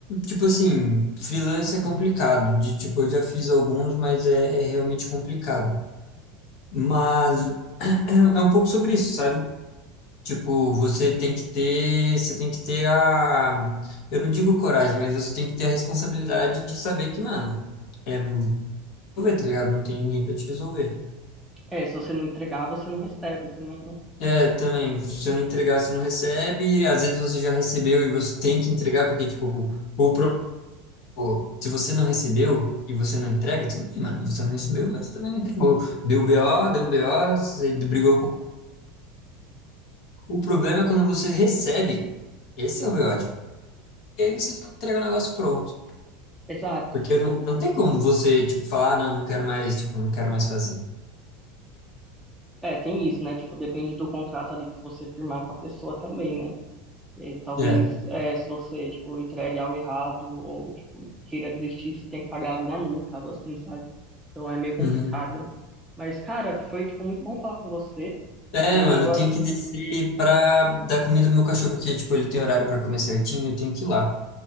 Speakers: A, on the left (about 55°); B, in the centre.
A: tipo assim, freelance é complicado. De tipo, eu já fiz alguns, mas é, é realmente complicado. Mas <clears throat> é, é um pouco sobre isso, sabe? Tipo, você tem que ter, você tem que ter a, eu não digo coragem, mas você tem que ter a responsabilidade de saber que, mano, é resolver, tá ligado? Não tem ninguém pra te resolver.
B: É, se você não entregar, você não recebe também, né?
A: É, também, se você não entregar, você não recebe. Às vezes você já recebeu e você tem que entregar, porque, tipo, o problema Pô, se você não recebeu e você não entrega, tudo bem, mano. Você não recebeu, mas também não entregou. Deu BO, deu BO, você brigou com. O problema é quando você recebe. Esse é o BO. Tipo, e aí você tem que entregar o negócio pronto.
B: Exato,
A: Porque
B: tipo,
A: não, não tem como você, tipo, falar, "Ah, não, não quero mais, tipo, não quero mais fazer.
B: é, tem isso, né? Tipo, depende do contrato ali que você firmar com a pessoa também, né? E talvez
A: É.
B: é, se você, tipo, entregue algo errado ou, tipo, queira desistir, você tem que pagar alguma multa, algo assim, sabe? Então é meio complicado.
A: Uhum.
B: Mas, cara, foi, tipo, muito bom falar com você.
A: É,
B: É,
A: mano,
B: agora,
A: eu tenho que descer pra dar comida pro meu cachorro, porque, tipo, ele tem horário pra comer certinho, eu tenho que ir lá.